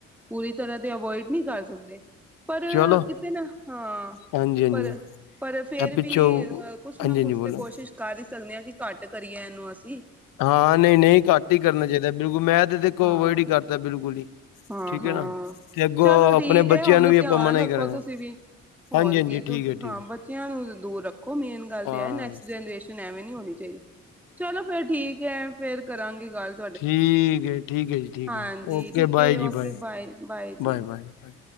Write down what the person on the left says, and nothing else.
ਚਲੋ
ਹਾਂਜੀ ਹਾਂਜੀ
ਇਹ
ਪਿੱਛੋਂ
ਹਾਂਜੀ
ਹਾਂਜੀ
ਬੋਲੋ
ਹਾਂ ਨਹੀਂ- ਨਹੀਂ ਘੱਟ ਹੀ ਕਰਨਾ ਚਾਹੀਦਾ, ਬਿਲਕੁਲ ਮੈਂ ਤੇ ਦੇਖੋ
ਅਵੋਇਡ ਹੀ ਕਰਦਾ ਬਿਲਕੁਲ ਹੀ।
ਠੀਕ
ਹੈ ਨਾ ਤੇ ਅੱਗੋਂ
ਆਪਣੇ
ਬੱਚਿਆਂ
ਨੂੰ ਵੀ ਆਪਾਂ
ਮਨਾ ਹੀ
ਕਰਾਂਗੇ
ਹਾਂਜੀ ਹਾਂਜੀ
ਠੀਕ ਹੈ ਠੀਕ
ਹੈ
ਹਾਂ
ਠੀਕ ਐ ਠੀਕ ਐ ਜੀ ਠੀਕ
ਐ ਓਕੇ
ਬਾਏ
ਜੀ ਬਾਏ-
ਬਾਏ- ਬਾਏ- ਬਾਏ-